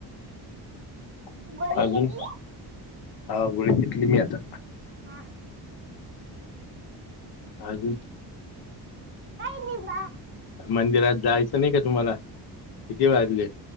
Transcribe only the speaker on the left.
<inaudible>
अजून
हा गोळी घेतली मी आता
अजून
मंदिरात जायचं नाही का तुम्हाला किती वाजले